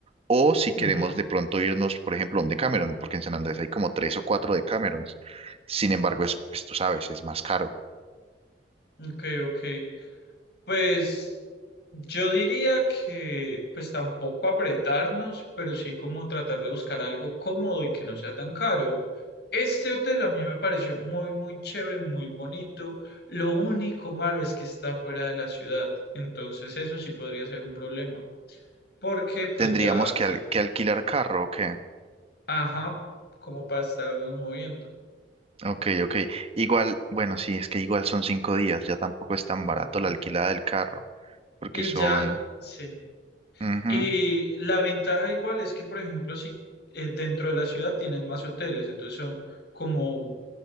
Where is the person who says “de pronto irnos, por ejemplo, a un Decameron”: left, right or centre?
Right